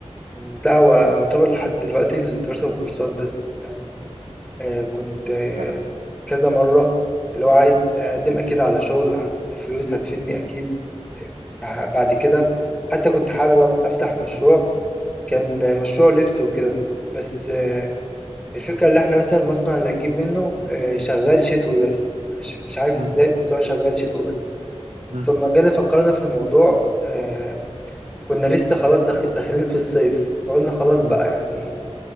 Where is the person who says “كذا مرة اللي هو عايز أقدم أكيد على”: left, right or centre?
Centre